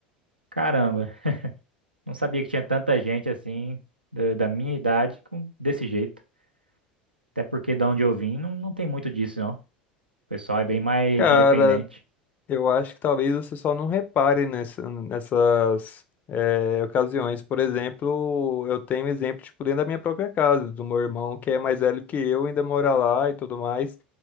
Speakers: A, on the right; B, on the left.
A: Caramba, Não sabia que tinha tanta gente assim, da, da minha idade, com, desse jeito. Até porque da onde eu vim, não, não tem muito disso, não. O pessoal é bem mais
B: Cara,
A: independente.
B: Eu acho que talvez você só não repare nessa- nessas eh, ocasiões. Por exemplo, eu tenho um exemplo tipo, dentro da minha própria casa, do meu irmão que é mais velho que eu, ainda mora lá e tudo mais,